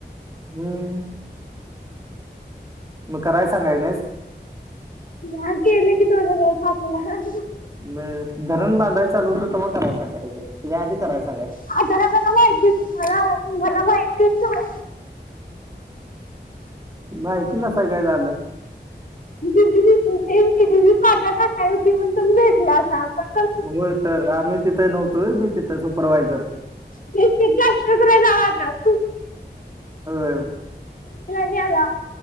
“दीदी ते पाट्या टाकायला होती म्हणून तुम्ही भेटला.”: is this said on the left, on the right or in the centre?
Left